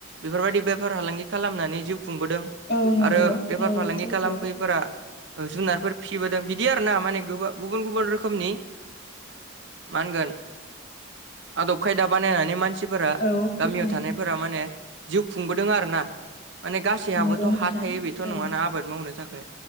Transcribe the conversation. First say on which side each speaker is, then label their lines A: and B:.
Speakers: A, on the right; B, on the left.
A: बेफोरबायदि बेफार फालांगि खालामनानै जिउ खुंबोदों
B: औ नंगौ
A: आरो बेफार
B: थारैनो
A: फालांगि
B: सैथो
A: खालाम बैफोरा जुनारफोर फिसिबोदों बिदि आरोना माने गुबुन गुबुन रोखोमनि मा होनगोन आदब खायदा बानायनानै मानसिफोरा
B: औ दे
A: गामियाव
B: बुंनाय
A: थानायफोरा माने जिउ खुंबोदों आरो ना माने गासैहाबोथ'
B: नंगौ नोंथां
A: हा थायो
B: थारैनो
A: बेथ' नङाना आबाद मावनो थाखाय